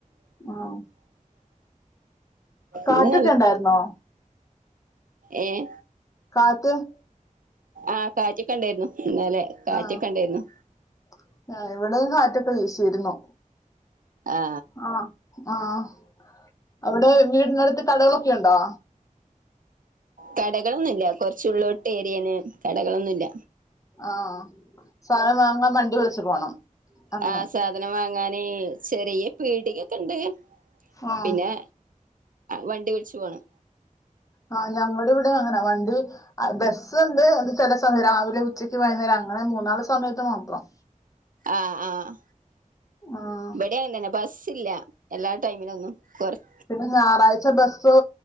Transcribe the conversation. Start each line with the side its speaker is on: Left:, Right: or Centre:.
Left: ആഹ് കാറ്റൊക്കെ
Right: ഇന്ന്
Left: ഇണ്ടായിരുന്നോ
Right: ഏയെ
Left: കാറ്റ് -
Right: ആഹ് കാറ്റൊക്കെ ഇണ്ടായ്രുന്നു ഇന്നലെ കാറ്റൊക്കെ
Left: ആഹ്
Right: ഇണ്ടായിരുന്നു
Left: ഇവടെയും കാറ്റൊക്കെ വീശിരുന്നു
Right: ആ
Left: ആഹ് ആ ഹ് അവടെ വീടിനടുത്ത് കടകളൊക്കെ ഒണ്ടോ
Right: കടകളൊന്നുല്ല കൊറച്ചു ഉള്ളോട്ട് ഏരിയാണ് കടകളൊന്നുല്ല
Left: ആഹ് സാധനം വാങ്ങാൻ വണ്ടി വിളിച്ചു പോണം അങ്ങനെ
Right: ആഹ് സാധനം വാങ്ങാനെ ചെറിയ പീടികയൊക്കെ ഇണ്ട്
Left: ആഹ്
Right: പിന്നെ വണ്ടി വിളിച്ചു പോണം
Left: ആഹ് ഞങ്ങടെ ഇവടെ അങ്ങന വണ്ടി- ബസ് ഒണ്ട് അത് ചെല സമയം രാവിലെ ഉച്ചക്ക് വൈയ്കുന്നേരം അങ്ങനെ മൂന്നാല് സമയത്ത് മാത്രം
Right: ആഹ് ആഹ്
Left: ആഹ്
Right: ഇവിടേം അങ്ങനെ ബസ്സില്ല എല്ലാ ടൈമിനൊന്നും കൊറ-
Left: പിന്നെ ഞായറാഴ്ച ബസ്സ്